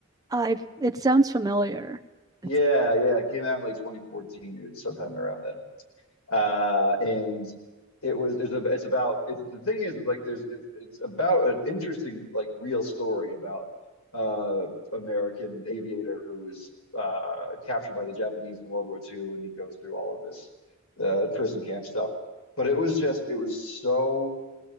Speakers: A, on the right; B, on the left.
A: I've. It sounds familiar.
B: Yeah,
A: It's,
B: yeah, it came out in like 2014 or sometime around then. Uh, and it was it's, a, it's about it's the thing is it's like there's it's it's about an interesting like real story about uh American aviator who was uh captured by the Japanese in World War II and he goes through all of this uh prison camp stuff. But it was just it was so